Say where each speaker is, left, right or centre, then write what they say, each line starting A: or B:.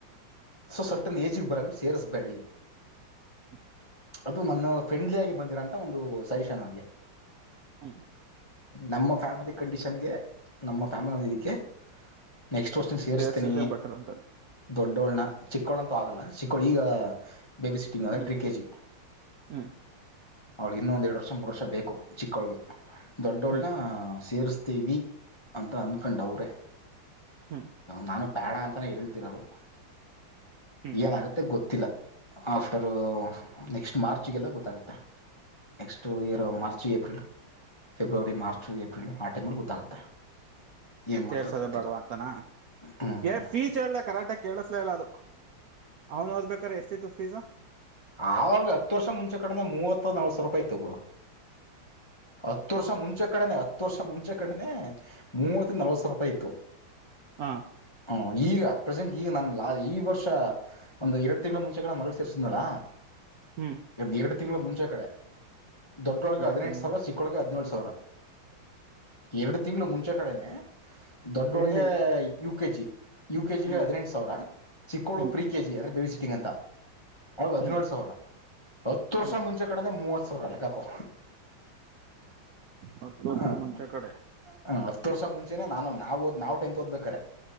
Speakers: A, on the left; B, on the right.
A: ಸೊ ಸ್ವಲ್ಟ್ಟ ಏಜಿಗೆ ಬರಗಂಡ್ ಸೇಸ್ಬೇಡಿ
B: ಹ
A: ಅದು ನನ್ನ ಫ್ರೆಂಡ್ಲಿಯಗಿ ಬಂದಿರೋಂತ ಒಂದು ಸಜೆಷನ್ ನನ್ಗೆ
B: ಹ
A: ನಮ್ಮ ಫ್ಯಾಮಿಲಿ ಕಂಡೀಷನ್ಗೆ ನಮ್ಮ ಫ್ಯಾಮಿಲಿ ಒ ಇದಕ್ಕೆ ನೆಕ್ಸ್ಟ್ ಅಷ್ಟೋಷ್ಟಿನ ಸೇರ್ಸ್ತೀನಿ
B: ಸೇರ್ಸಿದ್ರೆ ಬೆಟರ್ ಅಂತಾನೆ
A: ದೊಡ್ಡೋಳನ ಚಿಕ್ಕೋಳ ಅಂತೂ ಆಗಲ್ಲ ಚಿಕ್ಕೋಳು ಈಗ ಬೇಬಿ ಸಿಟ್ಟಿಂಗ್ ಅ
B: ಹ್ಮ್
A: ತ್ರೀ ಕೆಜಿ
B: ಹ್ಮ್
A: ಅವ್ಳಿಗೆ ಇನ್ನ ಒಂದೆರಡು ವರ್ಷ ಮೂರು ವರ್ಷ ಬೇಕು ಚಿಕ್ಕೊಳಗೆ ದೊಡ್ಡವಳನ್ನ
B: ಹ್ಮ್
A: ಸೇರಿಸ ದೇವಿ ಅಂತ ಅಂದಕೊಂಡು ಅವರೇ
B: ಹ್ಮ್
A: ನಾನು ಬೇಡ ಅಂತಾನೇ ಹೇಳ್ತಿರೋದು
B: ಹ್ಮ್
A: ಏನಾಗತ್ತೆ ಗೊತ್ತಿಲ್ಲ ಆಫ್ಟರ್ ನೆಕ್ಸ್ಟ್ ಮಾರ್ಚ್ಗೆಲ್ಲ ಗೊತ್ತಾಗುತ್ತೆ next year March April February March April ಆ ಟೈಮಲ್ಲಿ ಗೊತ್ತಾಗುತ್ತೆ ಏನು
B: ಸೇರ್ಸೋದ
A: ಮಾಡ್ತಾರೆ ಗೊತ್ತಿಲ್ಲ
B: ಬಡವಾ ಅತನ
A: ಹ್ಞೂ
B: ಎರಡು ಫ್ರಿಡ್ಜ್ ಅಲ್ಲಿ ಕರಾಟೆ ಕೇಳಿಸ್ತಾ ಇಲ್ಲ ಅದು ಅವ್ನು ಓದ್ಬೇಕಾದ್ರೆ ಎಷ್ಟಿತ್ತು ಫೀಸು
A: ಆವಾಗ್ಲ ಹತ್ತು ವರ್ಷ ಮುಂಚೆ ಕಡ ಮೂವತ್ತ ನ <unintelligible> ಹತ್ತು ವರ್ಷ ಮುಂಚೆ ಕಡೆನನೆ ಹತ್ತು ವರ್ಷ ಮುಂಚೆ ಕಡೆನೆ ಮೂವತ್ತ ನಲ್ವತ್ ಸಾವಿರ ರೂಪಾಯಿ ಇತ್ತು
B: ಹಾ
A: ಹ ಈಗ ಅಟ್ ಪ್ರೆಸೆಂಟ್ ಈಗ ನನ್ ಈ ವರ್ಷ ಒಂದು ಎರಡು ತಿಂಳ ಮುಂಚೆ ಕಡೆ ಮಗಳು ಸೇರ್ಸನಲ್ಲ
B: ಹ್ಮ್
A: ಒಂದು ಎರಡು ತಿಂಳ ಮುಂಚೆ ಕಡೆ ದೊಡ್ಡೊಳಗೆ
B: ಎರಡು
A: ಅದಿನೆಂಟು
B: ತಿಂಗಳು
A: ಸಾವರ
B: ಮುಂಚೆ
A: ಚಕ್ಕಳಗ್ ಹದಿನೇಳು ಸಾವಿರ ಎರಡು ತಿಂಗಳು ಮುಂಚೆ ಕಡೆನೆ ದೊಡ್ಡೊಳಗೆ
B: ಇಲ್ಲಿ
A: ಯ ಕೆ ಜಿ ಯು ಕೆ ಜಿಗೆ
B: ಹ್ಮ್
A: ಹದಿನೆಂಟು ಸಾವಿರ ಚಿಕ್ಕೋು
B: ಹ್ಮ್
A: ಪ್ರಿ ಕೆಜಿ ಅಂದ್ರೆ ಬೇಬಿ ಸಿಟಿಂಗ್ ಅಂತ ಅವೌ ಹದಿನೇಳಾರು
B: ಹ್ಮ್
A: ಸಾವಿರ ಹತ್ತು ವರ್ಷ
B: ಹ್ಮ್
A: ಮುಂಚೆ ಕಡೆನೆ ಮೂವತ್ತು ಸಾವಿರ ಲೆಕ್ಕ ಹಾಕೋ
B: ಹತ್ತು
A: ಹ ಹ
B: ಮುಂಚೆ ಕಡೆ
A: ಹತ್ತು ವರ್ಷ ಮುಂಚೆನೆ ನಾನುಂದು ನಾವು ನಾವು ತಿಂದು ಹೋಗ್ಬೇಕಾರೆ